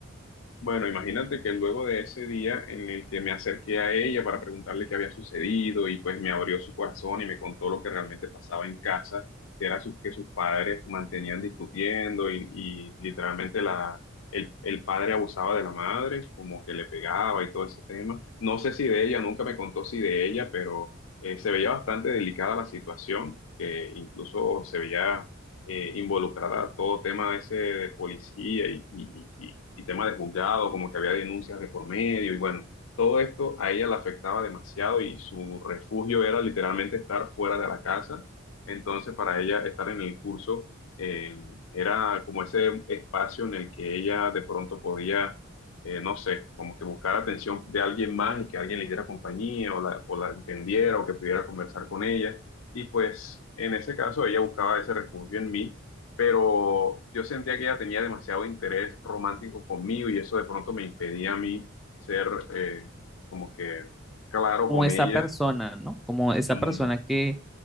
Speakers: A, on the left; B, in the centre.
A: Bueno, imagínate que luego de ese día en el que me acerqué a ella para preguntarle qué había sucedido y pues me abrió su corazón y me contó lo que realmente pasaba en casa, que era su- que sus padres mantenían discutiendo y, y literalmente la, el, el padre abusaba de la madre, como que le pegaba y todo ese tema. No sé si de ella, nunca me contó si de ella, pero eh, se veía bastante delicada la situación, que incluso se veía eh, involucrada todo tema ese de policía y, y, y- y tema de juzgado, como que había denuncias de por medio y bueno, todo esto a ella la afectaba demasiado y su refugio era literalmente estar fuera de la casa. Entonces para ella estar en el curso eh, era como ese espacio en el que ella de pronto podía... eh, no sé, como que buscar atención de alguien más y que alguien le diera compañía o la, o la entendiera o que pudiera conversar con ella. Y pues en ese caso ella buscaba ese refugio en mí, pero yo sentía que ella tenía demasiado interés romántico conmigo y eso de pronto me impedía a mí ser eh, como que claro
B: Como
A: con
B: esa
A: ella.
B: persona, ¿no? Como esa
A: Mm,
B: persona que,